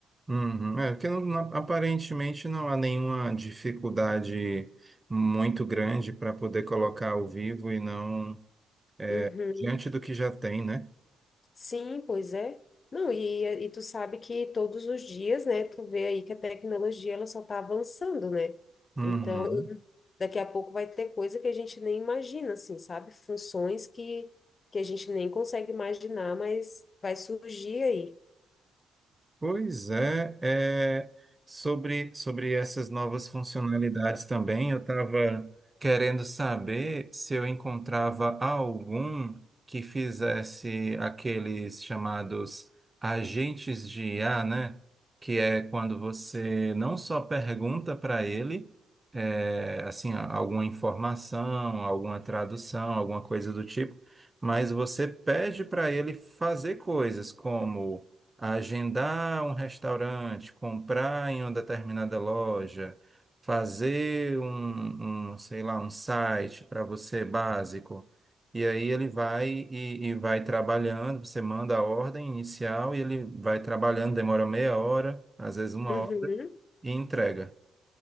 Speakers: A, on the right (about 15°); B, on the left (about 40°).
A: Uhum, É, porque não- não- aparentemente não há nenhuma dificuldade muito grande para poder colocar ao vivo e não
B: Uhum.
A: diante do que já tem, né?
B: Sim, pois é. Não, e, e tu sabe que todos os dias, né, tu vê aí que a tecnologia ela só está avançando, né?
A: Uhum.
B: Então, daqui a pouco vai ter coisa que a gente nem imagina, assim, sabe? Funções que, que a gente nem consegue imaginar, mas vai surgir aí.
A: Pois é, é, sobre, sobre essas novas funcionalidades também, eu estava querendo saber se eu encontrava algum que fizesse aqueles chamados agentes de IA, né? Que é quando você não só pergunta para ele, é, assim, alguma informação, alguma tradução, alguma coisa do tipo, mas você pede para ele fazer coisas como agendar um restaurante, comprar em uma determinada loja, fazer um, um, sei lá, um site para você básico. E aí ele vai e, e vai trabalhando, você manda a ordem inicial e ele vai trabalhando, demora meia hora, às vezes uma
B: Uhum.
A: hora, e entrega.